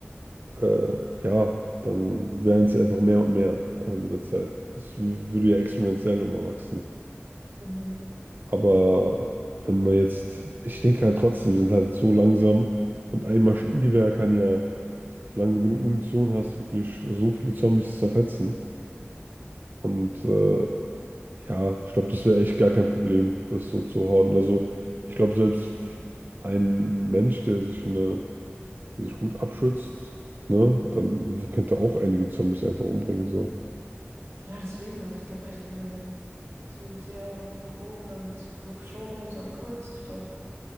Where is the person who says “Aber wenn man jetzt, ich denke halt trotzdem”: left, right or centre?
Right